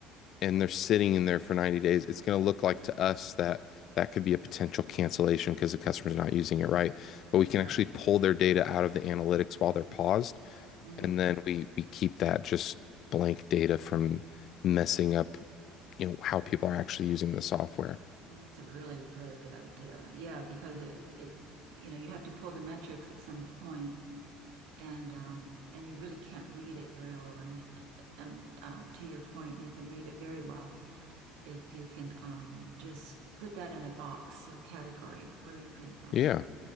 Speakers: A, on the left; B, on the right.
A: and they're sitting in there for 90 days, it's going to look like to us that that could be a potential cancellation because the customer's not using it right. But we can
B: right.
A: actually pull their data out of the analytics while they're paused,
B: Mhm.
A: and then we we keep that just blank data from messing up, you know, how people are actually using the software.
B: Well, that's a really, really good idea. Yeah, because it, it, you know, you have to pull the metrics at some point, and um, and you really can't read it very well. And you, and um, to your point, you can read it very well if you can um, just put that in a box, a category where you can, um,
A: Yeah.